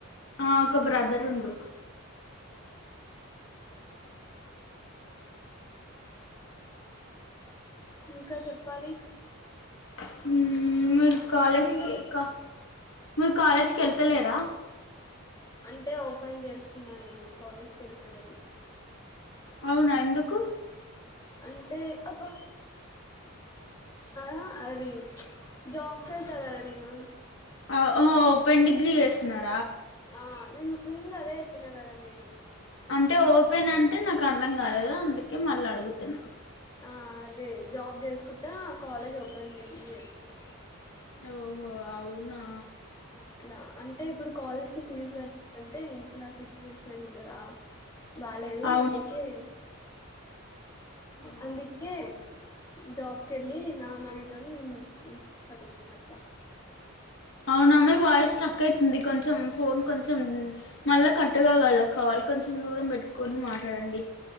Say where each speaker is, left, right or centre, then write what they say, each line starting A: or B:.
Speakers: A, on the left; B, on the left.
A: ఆ ఒక బ్రదర్ ఉండు
B: ఇంకా చెప్పాలి
A: హ మీరు కాలేజీకి
B: మైండ్
A: ఇంకా మీరు కాలేజీకి వెళ్తలేరా
B: అంటే ఓపెన్ చేస్తున్నా నేను కాలేజీకి వెళ్తలేను
A: అవునా ఎందుకు
B: అంటే అబ్బా ఆ అది చ్చ్ జాబ్ కెళ్తా కదా నేను.
A: ఆ ఒహో ఓపెన్ డిగ్రీ చేస్తున్నారు.
B: ఆ నిన్న్ నిన్ గుడా అదే చెప్పినా కదండి.
A: అంటే ఓపెన్ అంటే నాకు అర్థం కాలేదు, అందుకే మళ్ల అడుగుతున్నా.
B: ఆ అదే జాబ్ జేసుకుట్టా కాలేజ్ ఓపెన్ డిగ్రీ చేస్తున్నా.
A: ఓహో అవునా.
B: అట్లా అంటే ఇప్పుడు కాలేజ్ కి ఫీజు గ <inaudible> అంటే ఇంట్లో ఆ సిచ్యువేషన్ గదా. బాలేేదు
A: అవునా
B: అందుకే.
A: అవును
B: అందుకే జాబ్ కెల్లీ నా మనీతోనె నేను <unintelligible>
A: అవును ఆమె వాయిస్ స్ట్రక్కు అయితుంది, కొంచెం ఫోన్ కొంచెం మల్లా కట్టు కాగలద కాల్ కొంచెం దూరం పెట్టుకొని మాటాడండి.